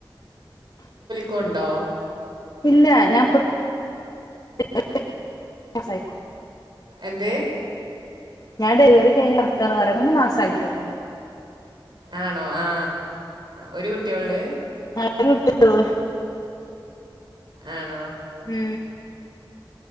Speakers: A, on the left; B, on the right.
A: <unintelligible>
B: കൊണ്ടോ
A: ഇല്ല ഞാപ്പം <inaudible> സായി
B: എന്തെ
A: ഞാൻ ഡെലിവറി കഴിഞ്ഞ് കെടക്കാണ് റയാ മൂന്ന് മാസായിട്ടോള്ളു
B: ആണോ ആ ഒരു കുട്ടിയൊള്ള്
A: ഒര്കുട്ടി <unintelligible>
B: ആൺ
A: മ്